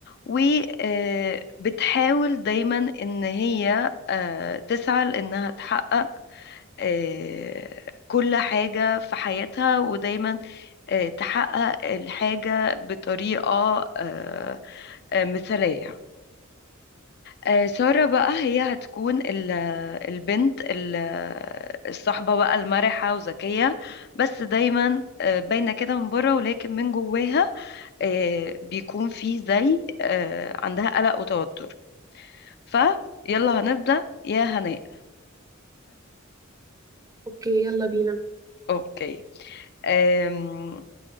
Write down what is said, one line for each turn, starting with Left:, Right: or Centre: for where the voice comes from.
Left: وبتحاول دايما إن هي آه، تسعى لإنها تحقق آه، كل حاجة في حياتها ودايما آه، تحقق الحاجة بطريقة آه، آه، مثالية آه، سارة بقى هي هتكون ال- البنت ال- الصحبة بقى المرحة وذكية بس دايما آه، باينة كده من بره ولكن من جواها آه، بيكون في زي آه، عندها قلق وتوتر فيلا هنبدأ يا هناء
Right: اوكي يلا بينا
Left: اوكي أم،